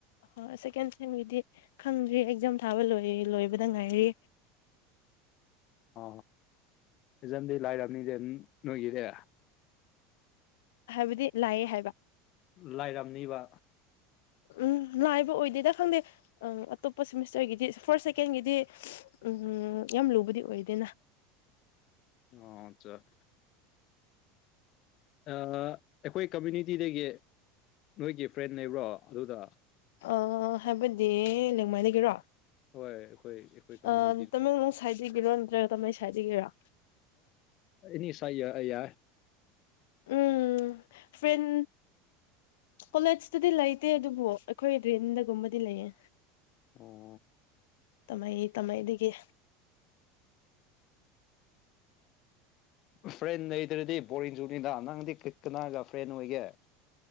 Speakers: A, on the left; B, on the left.
A: ꯍ ꯁꯦꯀꯦꯟ ꯁꯒꯤꯗꯤ ꯈꯪꯗ꯭ꯔꯤ ꯑꯦꯛꯖꯥꯝ ꯊꯥꯕ ꯂꯣꯏ ꯂꯣꯏꯕꯗ ꯉꯥꯏꯔꯤ
B: ꯑ ꯐꯖꯝꯗꯤ ꯂꯥꯏꯔꯕꯔꯕꯅꯤꯗꯤ ꯑꯗꯨ ꯅꯣꯏꯒꯤꯗ
A: ꯍꯥꯏꯕꯗꯤ ꯂꯥꯏꯑꯦ ꯍꯥꯏꯕ
B: ꯂꯥꯏꯔꯝꯅꯤꯕ
A: ꯎꯝ ꯂꯥꯏꯕ ꯑꯣꯏꯗꯦꯗ ꯈꯪꯗꯦ ꯑꯝ ꯑꯇꯣꯞꯄ ꯁꯤꯦꯃꯤꯁꯇꯔꯒꯤꯗꯤ ꯐꯥꯔꯁ ꯁꯦꯀꯦꯟꯒꯤꯗꯤ ꯎꯝ ꯌꯥꯝ ꯂꯨꯕꯗꯤ ꯑꯣꯏꯗꯦꯅ
B: ꯑ ꯆ ꯑꯩꯈꯣꯏ ꯀꯝꯃꯨꯅꯤꯇꯤꯗꯒꯤ ꯅꯣꯏꯒꯤ ꯐ꯭ꯔꯦꯟ ꯂꯩꯕ꯭ꯔꯣ ꯑꯗꯨꯗ
A: ꯑ ꯍꯥꯏꯕꯗꯤ ꯅꯦꯡꯃꯥꯏꯗꯒꯤꯔꯣ
B: ꯍꯣꯏ ꯑꯩꯈꯣꯏ ꯑꯩꯈꯣꯏ ꯀꯝꯃ꯭ꯌꯨꯅꯤꯇꯤ
A: ꯑ ꯇꯃꯦꯡꯂꯣꯡ ꯁꯥꯏꯠꯇꯒꯤꯔꯣ ꯅꯠꯇ꯭ꯔꯒ ꯇꯥꯃꯦꯜ ꯁꯥꯏꯠꯇꯒꯤꯔꯣ
B: ꯅꯤ ꯁꯥꯏ ꯌꯥꯏ
A: ꯎꯝ ꯐ꯭ꯔꯦꯟ ꯀꯣꯂꯦꯖꯇꯗꯤ ꯂꯩꯇꯦ ꯑꯗꯨꯕꯨ ꯑꯩꯈꯣꯏ ꯔꯤꯟꯗꯒꯨꯝꯕꯗꯤ ꯂꯩꯌꯦ
B: ꯑꯣ
A: ꯇꯃꯥꯏ ꯇꯥꯃꯩꯗꯒꯤ
B: ꯐ꯭ꯔꯦꯟ ꯂꯩꯗ꯭ꯔꯗꯤ ꯕꯣꯔꯤꯡ ꯆꯨꯅꯤꯗ ꯅꯪꯗꯤ ꯀꯤꯛ ꯀꯅꯥꯒ ꯐ꯭ꯔꯦꯟ ꯑꯣꯏꯒꯦ